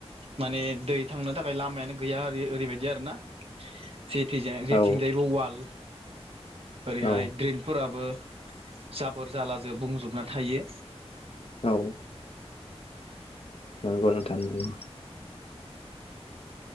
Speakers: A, on the right; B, on the left.
A: माने दै थांनो थाखाय लामायानो गैया आरो ओरैबायदि आरोना जेथिजाय
B: औ
A: जेथिंजायबो वाल ओरैहाय
B: औ
A: द्रेनफोराबो जाबोर जालाजों बुंजोबना थायो।
B: औ नंगौ नोंथां नंगौ